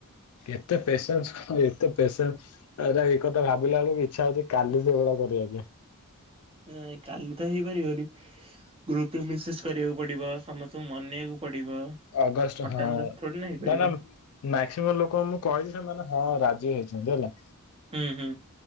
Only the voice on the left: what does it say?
ଏତେ ପେସେନ୍ସ ଆଉ ଏତେ ପେସେନ୍ସ ଆରେ ଏଇ କଥା ଭାବିଲା ବେଳକୁ ଇଛା ହଉଛି କାଲି ସେଇଭଳିଆ କରିବା ପାଇଁ।
ଅଗଷ୍ଟ
ହଁ।
ଦେନ୍ ଆମେ ମ୍ୟାକ୍ସିମମ୍ ଲୋକ ମୁଁ କହିଛିି ସେମାନେ ହଁ ରାଜି ହେଇଛନ୍ତି ହେଲା।